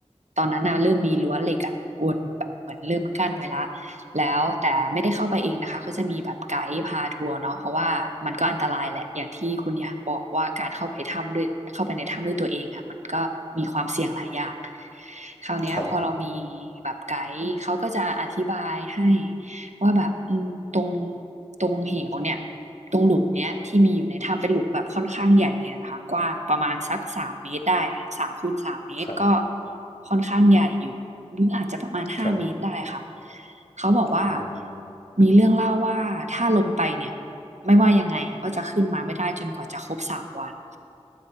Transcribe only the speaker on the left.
ครับ
ครับ
ครับ
โอ้